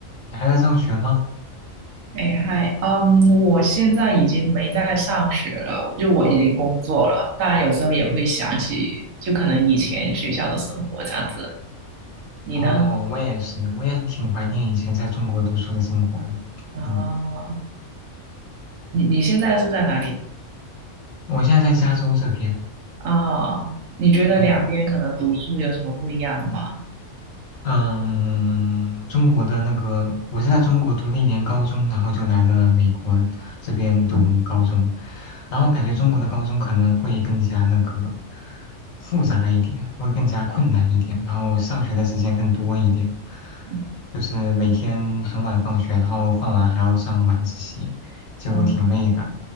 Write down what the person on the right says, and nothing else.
哎嗨，嗯，我现在已经没在上学了，就我已经工作了。当然，有时候也会想起，就可能以前学校的生活这样子。你呢？
啊、
你你现在是在哪里读？
啊、你觉得两边可能读书有什么不一样的吗？
啊，
嗯，
嗯